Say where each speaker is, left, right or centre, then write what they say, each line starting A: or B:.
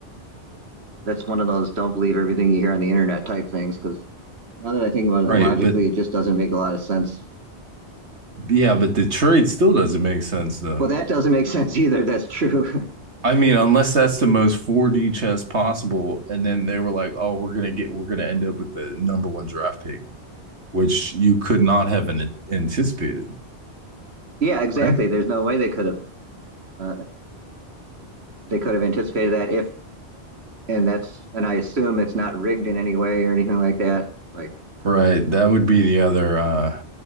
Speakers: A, on the right (about 70°); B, on the right (about 80°).
A: that's one of those don't believe everything you hear on the internet type things. Because now that I think about it
B: Right,
A: logically,
B: but
A: it just doesn't make a lot of sense.
B: yeah, but Detroit still doesn't make sense though.
A: Well, that doesn't make <laughs> sense either. That's true.
B: I mean, unless that's the most 4D chess possible, and then they were like, "Oh, we're gonna get, we're gonna end up with the number one draft pick," which you could not have an, anticipated,
A: <laughs> yeah, exactly.
B: right?
A: There's no way they could have uh, they could have anticipated that if and that's and I assume it's not rigged in any way or anything like that. Like,
B: Right. That would be the other. Uh,